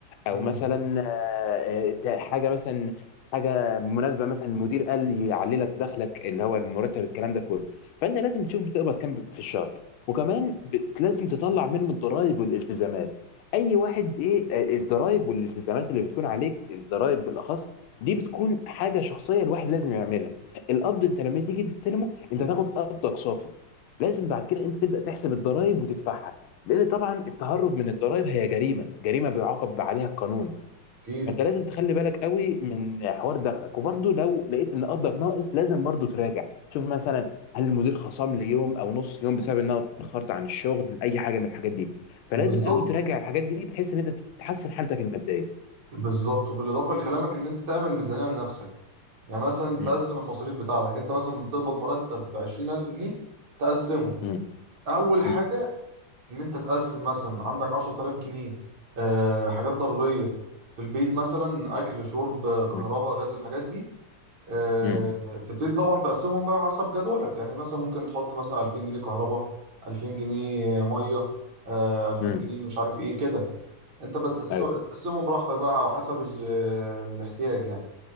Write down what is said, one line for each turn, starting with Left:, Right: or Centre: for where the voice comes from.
Left: او
Right: امم
Left: مثلا آه، آه، حاجه مثلا حاجه مناسبه مثلا المدير قال يعلي لك دخلك اللي هو المرتب الكلام ده كله فانت لازم تشوف بتقبض كام في الشهر وكمان ب- لازم تطلع منه الضرائب والالتزامات اي واحد ايه آه، الضرائب والالتزامات اللي بتكون عليك الضرائب بالاخص دي بتكون حاجه شخصيه الواحد لازم يعملها القبض انت لما تيجي تستلمه انت تاخد قبضك صافي لازم بعد كده انت تبدا تحسب الضرائب وتدفعها لان طبعا التهرب من الضرائب هي جريمه جريمه بيعاقب عليها القانون
Right: اكيد
Left: فانت لازم تخلي بالك قوي من حوار دخلك وبرده لو لقيت ان قبضك ناقص لازم برده تراجع تشوف مثلا هل المدير خصم لي يوم او نص يوم بسبب ان انا اتاخرت عن الشغل اي حاجه من الحاجات دي فلازم
Right: بالظبط
Left: قوي تراجع الحاجات دي بحيث ان انت تحسن حالتك الماديه
Right: بالظبط وبالاضافه لكلامك ان انت تعمل ميزانيه لنفسك يعني مثلا
Left: مم.
Right: تقسم المصاريف بتاعتك انت مثلا بتقبض مرتب ب 20000 جنيه تقسمه
Left: مم.
Right: اول حاجه
Left: مم.
Right: ان انت تقسم مثلا عندك 10000 جنيه آه حاجات ضروريه في البيت مثلا اكل شرب كهرباء
Left: مم.
Right: غاز الحاجات دي آه،
Left: مم.
Right: تبتدي طبعا تقسمهم بقى حسب جدولك يعني مثلا ممكن تحط مثلا 2000 جنيه كهرباء 2000 جنيه ميه آه، 2000
Left: مم.
Right: جنيه مش عارف ايه كده انت بتقسمهم
Left: ايوه
Right: براحتك بقى على حسب ال- الاحتياج يعني